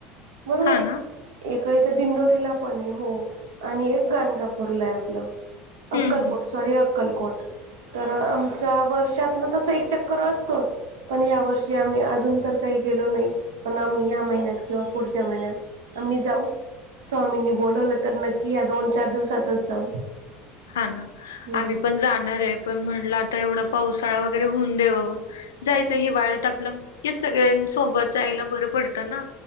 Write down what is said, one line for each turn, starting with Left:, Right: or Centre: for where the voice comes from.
Right: बरोबर.
Left: हा ना
Right: एक ही तर दिंडोरीला पण आहे, हो आणि एक गानगापूरला आपलं. अक्कलकोट
Left: हम्म हम्म.
Right: सॉरी अक्कलकोट तर, आमचा वर्षातन तस एक चक्कर असतोच. पण ह्या वर्षी आम्ही अजून तर काही गेलो नाही, पण आम्ही या् महिन्यात किंवा पुढच्या महिन्यात. आम्ही जाऊच., स्वामींनी बोलवलं तर, नक्की या दोन चार दिवसातच जाऊ.
Left: हा ना
Right: हम्म
Left: आम्ही पण जाणार आहे पण. म्हटलं आता एवढा पावसाळा वगैरे होऊन देवाव. जागी जागी वाढत टाकल खीस सगळ्यांसोबत जायला बरं पडतं ना